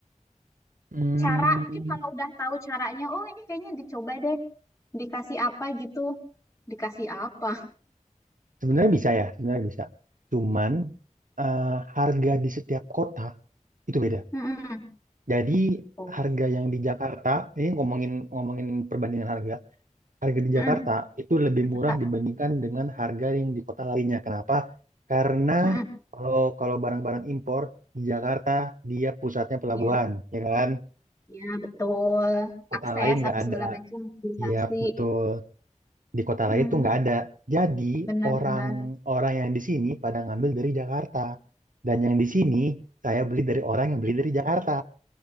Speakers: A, on the right; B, on the left.
A: Hmm,
B: cara? Mungkin kalau udah tahu caranya, oh ini kayaknya dicoba deh, dikasih apa gitu, dikasih apa?
A: Sebenarnya bisa ya, sebenarnya bisa. Cuman eh, harga di setiap kota itu beda.
B: Mm-mm.
A: Jadi
B: Oh,
A: harga yang di Jakarta, ini ngomongin ngomongin perbandingan harga, harga di
B: Mm-mm.
A: Jakarta itu lebih
B: Jakarta.
A: murah dibandingkan dengan harga yang di kota lainnya. Kenapa? Karena
B: Mm-mm.
A: kalau kalau barang-barang impor di Jakarta dia pusatnya pelabuhan,
B: Ya,
A: ya kan?
B: ya betul.
A: Kota
B: Akses
A: lain nggak
B: apa
A: ada.
B: segala macam, mobilisasi.
A: Iya, betul. Di kota lain
B: Hmm,
A: tuh nggak ada. Jadi
B: benar-benar.
A: orang-orang yang di sini pada ngambil dari Jakarta. Dan yang di sini saya beli dari orang yang beli dari Jakarta.